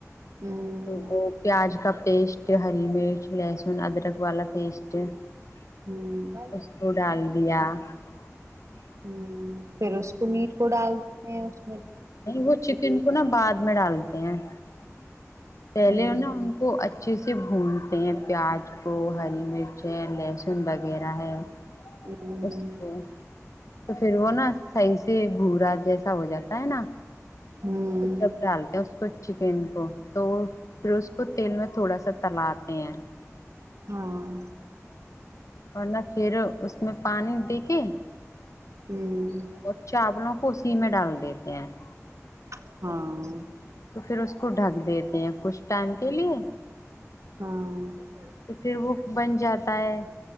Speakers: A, on the right (about 65°); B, on the left (about 70°).
A: ہوں
B: وہ پیاز ک <unintelligible> پٹیسٹ ہری مرچ لہسن ادرک والا پیسٹ <unintelligible>
A: ہوں
B: اس کو ڈال دیا <unintelligible>
A: ہوں پھر اس کو میٹ کو ڈال <unintelligible> ا <unintelligible>
B: نہیں وہ چکن کو نا بعد میں ڈالتے ہیں <unintelligible> پہلے
A: ہوں
B: ہو نا ان کو اچا اچھے سے بھونتے ہیں پیاز کو ہری مرچ ہے لہسن وغیرہ ہے <unintelligible>
A: ہوں
B: اچا تو پھر وہ نا <unintelligible> صحیح سے بھو راات جیسا ہو جاتا ہے نا
A: ہوں
B: جب ڈالتے ہیں اس کو اچ <unintelligible> ان کو تو پھر اس کو تیل میں تھوڑا سا تلا <unintelligible> د ہیں <unintelligible>
A: ہاں <unintelligible>
B: ورنہ پھر اس میں پانی دے کے
A: ہوں
B: اور چاولوں کوسی میں ڈال د دیتے ہیں <unintelligible>
A: ہاں <unintelligible>
B: تو پھر اس کو ڈھک دیتے ہیں کچھ ٹائم کے لیے
A: ہاں <unintelligible>
B: تو پھر وہ بن جاتا ہے